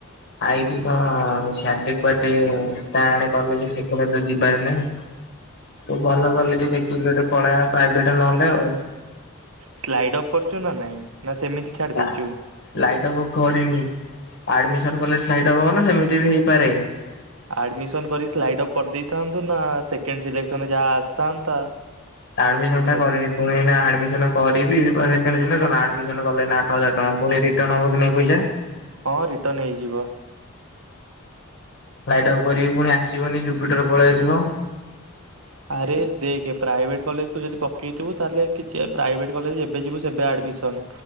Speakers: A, on the left; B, on the right.
A: ଆଇଛି କଣ ସିଆଡେ କୁଆଡେ ତା ଆଡେ କଲେଜ ସେଗୁଡା ତ ଯିବାର ନାଇଁ। ଭଲ କଲେଜ୍ ଦେଖିକି ଗୋଟେ ପଳେଇବା ପ୍ରାଇଭେଟ ନହେଲେ ଆଉ।
B: ସ୍ଲାଇଡ ଅପ୍ କରିଚୁ ନା ନାଇଁ, ନା ସେମିତି ଛାଡି
A: ତା।
B: ଦେଇଛୁ।
A: <unintelligible> ସ୍ଲାଇଡ୍ ଅପ୍ କରିନି ଆଡମିସନ କଲେ ସ୍ଲାଇଡ୍ ଅପ୍ ହବନା ସେମିତି ବି ହେଇପାରେ?
B: ଆଡମିସନ କରିକି ସ୍ଲାଇଡ୍ ଅପ୍ କରିଦେଇଥାନ୍ତୁ ନା ସେକେଣ୍ଡ ସିଲେକସନ୍ ରେ ଯାହା ଆସିଥାନ୍ତା।
A: ଆଡମିଶନ
B: ତୁ
A: ଟା
B: ମୂର୍
A: କରିନି। ପୁଣି ଏଇନା ଆଡ଼ମିସନ କରିବି, ପୁଣି ସେକେଣ୍ଡ ସିଲେକ୍ସନ। ଆଡ଼ମିସନ କଲେ ଏଇନା ଆଠ ହଜାର ଟଙ୍କା। ପୁଣି ରିଟର୍ନ ହେବ କି ନାଇଁ ପଇସା?
B: ହଁ ରିଟନ୍ ହେଇଯିବ।
A: ସ୍ଲାଇଡ୍ ଅପ୍ କରିବି ପୁଣି ଆସିବନି ଜୁପିଟର ପଳେଇ ଆସିବ। <inaudible>
B: ଆରେ ଦେଖେ ପ୍ରାଇଭେଟ କଲେଜ ତୁ ଯଦି ପକେଇଥିବୁ ତାହେଲେ କିଛି ପ୍ରାଇଭେଟ କଲେଜ୍ ଯେବେ ଯିବୁ ସେବେ ଆଡମିସନ।